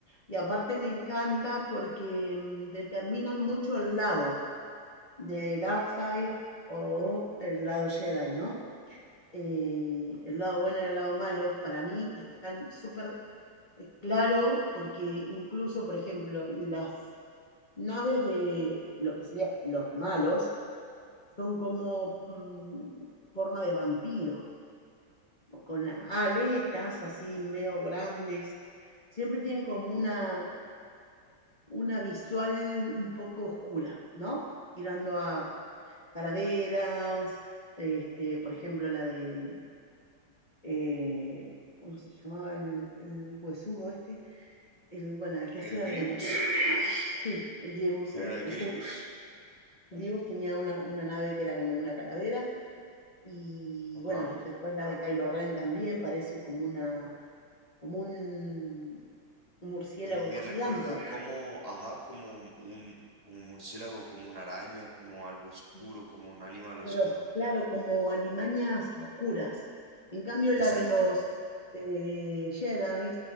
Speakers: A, on the left; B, on the right.
A: y aparte me encanta porque mm, determinan mucho el lado de Darkseid o el lado Jedi, ¿no? Eh, el lado bueno y el lado malo, para mí están súper eh, claro porque incluso, por ejemplo, las naves de lo que serían los malos son como mm, forma de vampiro con las aletas así medio grandes, siempre tienen como una, una visual un poco oscura, ¿no? Tirando a calaveras, este, por ejemplo, la de, mm, eh, ¿cómo se llamaba el, el huesudo este? El, bueno, el que hacía
B: El Grievous,
A: de, sí, el Grievous,
B: General
A: eh, ese
B: Grievous,
A: Grievous tenía una, una nave que era como una calavera, y
B: ajá.
A: bueno, después la de Kylo Ren también parece como una, como un, un murciélago
B: A mí me
A: gigante.
B: recuerda como, ajá, como un, como un murciélago, como una araña, como algo oscuro,
A: Y-
B: como un animal oscuro.
A: pero claro, como alimañas oscuras. En cambio,
B: Exacto,
A: la de los eh, Jedi